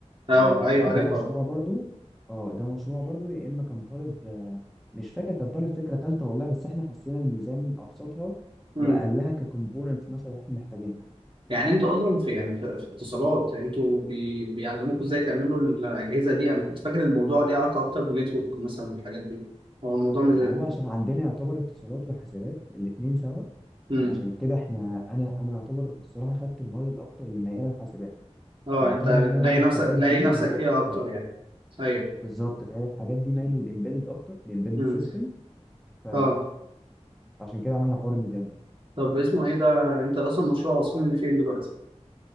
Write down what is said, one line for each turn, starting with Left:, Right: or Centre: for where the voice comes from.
Centre: آه
Right: اه ايوه
Centre: ده
Right: عارفها
Centre: مشروع برضو اه ده مشروع برضو يا اما كان طالب آه، مش فاكر كان طالب فكره ثالثه والله بس احنا حسينا الميزان ابسطها
Right: امم
Centre: واقلها ككومبوننتس مثلا احنا محتاجينها
Right: يعني انتوا اصلا في يعني في, في اتصالات انتوا بي... بيعلموكوا ازاي تعملوا الاجهزه دي انا كنت فاكر الموضوع ليه علاقه اكتر بالنتورك مثلا والحاجات دي هو الموضوع مش
Centre: ما هو عشان عندنا يعتبر اتصالات وحاسبات الاتنين سوا
Right: امم
Centre: فعشان كده احنا انا انا يعتبر الصراحه خدت المواد الاكتر اللي مياله للحاسبات
Right: اه
Centre: فيعتبر
Right: انت
Centre: ان انا
Right: لاقي
Centre: اعمل
Right: نفسك
Centre: الحاجات
Right: لاقي
Centre: دي
Right: نفسك
Centre: ميال
Right: فيها
Centre: اه
Right: اكتر يعني ايوه
Centre: بالظبط فهي الحاجات دي مايله للامبيدد اكتر للامبيدد
Right: امم
Centre: سيستم ف
Right: اه
Centre: فعشان كده عملنا حوار الميزان ده
Right: طب اسمه ايه ده انت اصلا مشروع واصلين لفين دلوقتي